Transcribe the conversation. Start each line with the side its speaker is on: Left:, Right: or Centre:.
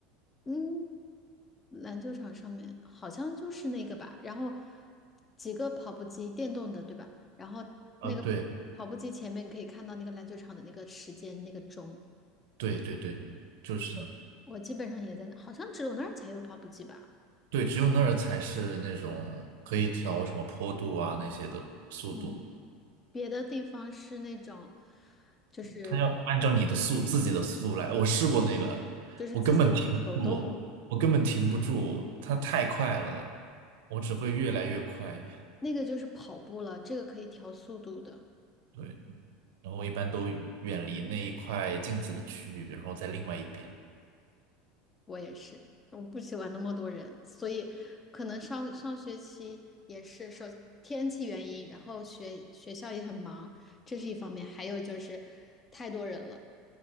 Left: 嗯，篮球场上面好像就是那个吧。然后几个跑步机，电动的，对吧？然后那个跑步机前面可以看到那个篮球场的那个时间，
Right: 呃，对
Left: 那个钟。
Right: 对对对，就是呢，
Left: 对，我我基本上也在那，好像只有那儿才有跑步机吧。
Right: 对，只有那儿才是那种可以调什么坡度啊那些的速度，
Left: 嗯，别的地方是那种，就是
Right: 它要按照你的速自己的速度来。我试过那个，
Left: 就是自己要手动，
Right: 我根本停不住，我根本停不住，它太快了，我只会越来越快。
Left: 那个就是跑步了，这个可以调速度的。
Right: 对，然后我一般都远离那一块镜子的区域，然后在另外一边。
Left: 我也是，我不喜欢那么多人，所以可能上上学期也是受天气原因，然后学学校也很忙，这是一方面，还有就是太多人了，